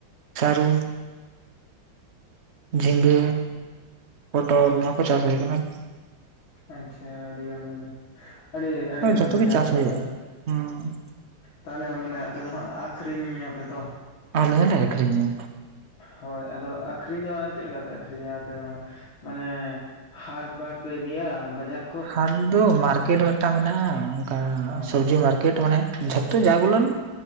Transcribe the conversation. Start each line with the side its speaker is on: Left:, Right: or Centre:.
Right: ᱥᱟᱨᱩ᱾ ᱡᱷᱤᱝᱜᱟᱹ
Left: ᱟᱪᱪᱷᱟ
Right: ᱯᱚᱴᱚᱞ ᱚᱱᱟ ᱠᱚ ᱪᱟᱥ ᱦᱩᱭ ᱠᱟᱱᱟ ᱟᱨᱠᱤ᱾
Left: ᱟᱪᱪᱷᱟ ᱟᱹᱲᱤ ᱜᱟᱱ ᱜᱮ ᱟᱹᱲᱤ ᱟᱹᱲᱤ ᱜᱟᱱ
Right: ᱡᱚᱛᱚ
Left: ᱜᱮᱯᱮ
Right: ᱜᱮ
Left: ᱪᱟᱥ ᱠᱟᱫᱟ
Right: ᱦᱩᱭᱩᱜᱼᱟ
Left: ᱛᱟᱦᱚᱞᱮ᱾
Right: ᱦᱩᱸ
Left: ᱛᱟᱦᱚᱞᱮ ᱢᱟᱱᱮ ᱟᱯᱮ ᱫᱚ ᱦᱟᱸᱜ ᱟᱠᱷᱨᱤᱧ ᱧᱟᱯᱮ ᱛᱚ?
Right: ᱟᱞᱮ ᱦᱚᱞᱮ ᱟᱹᱠᱷᱨᱤᱧᱟ᱾
Left: ᱦᱚᱭ ᱟᱫᱚ ᱟᱠᱷᱨᱤᱧ ᱫᱚ ᱢᱟᱱᱮ ᱪᱮᱜ ᱞᱮᱠᱟ ᱯᱮ ᱟᱠᱷᱨᱤᱧᱟ ᱟᱯᱮ ᱢᱟ? ᱢᱟᱱᱮ ᱦᱟᱴ ᱵᱟᱴ ᱯᱮ ᱤᱫᱤᱭᱟ ᱵᱟᱡᱟᱨᱼᱼ
Right: ᱦᱟᱴ ᱫᱚ ᱢᱟᱨᱠᱮᱴ ᱢᱤᱫᱴᱟᱝ ᱢᱮᱱᱟᱜ-ᱟ ᱚᱱᱠᱟ
Left: ᱦᱚᱸ
Right: ᱥᱚᱵᱽᱡᱤ ᱢᱟᱨᱠᱮᱴ ᱢᱟᱱᱮ᱾ <unintelligible> ᱡᱟ ᱜᱩᱞᱚᱱ ᱼᱼ